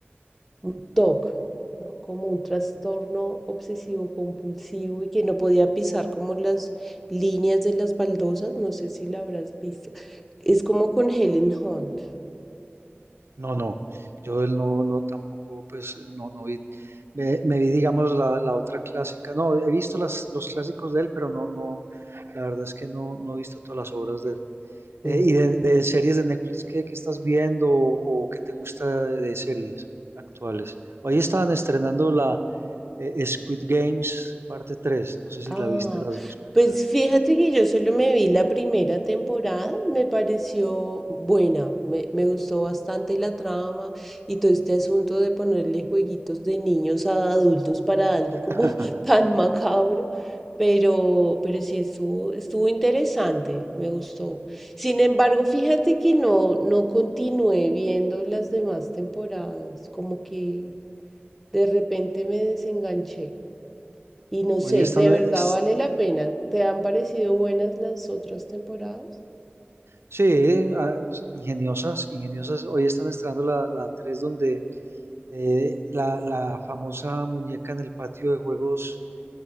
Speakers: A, in the centre; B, on the right (about 80°).
A: un TOC, ¿no? Como un trastorno obsesivo compulsivo y que no podía pisar como las líneas de las baldosas, no sé si la habrás visto. Es como con Helen Hunt.
B: No, no, yo él no, no, tampoco, pues, no, no vi, me, me vi, digamos, la, la otra clásica, no, he visto las, los clásicos de él, pero no, no, la verdad es que no, no he visto todas las obras de él. Eh,
A: Mm.
B: y de, de series de Netflix, ¿qué, qué estás viendo o, o qué te gusta de series actuales? Hoy estaban estrenando la eh, Squid Games parte 3. no sé si
A: Ah,
B: la viste las dos primeras.
A: pues fíjate que yo solo me vi la primera temporada, me pareció buena, me, me gustó bastante la trama y todo este asunto de ponerle jueguitos de niños a adultos para algo
B: <laughs>
A: como <laughs> tan macabro, pero, pero sí estuvo, estuvo interesante, me gustó. Sin embargo, fíjate que no, no continué viendo las demás temporadas, como que de repente me desenganché. Y no
B: Hoy
A: sé,
B: están,
A: ¿de verdad
B: es-
A: vale la pena? ¿Te han parecido buenas las otras temporadas?
B: sí, ah, ingeniosas, ingeniosas, hoy están estrenando la, la 3 donde eh, la, la famosa muñeca en el patio de juegos